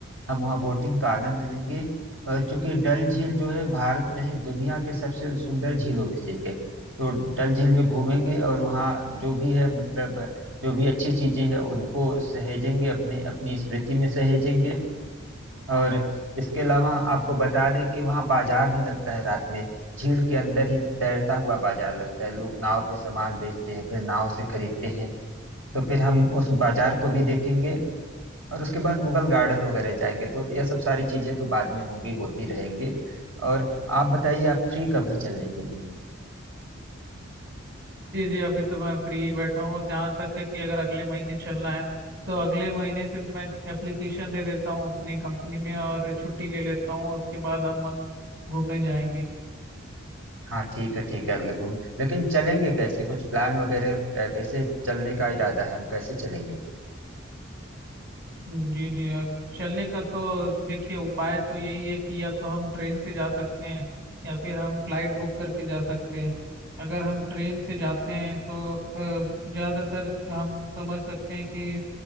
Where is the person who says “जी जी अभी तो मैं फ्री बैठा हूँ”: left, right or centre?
Right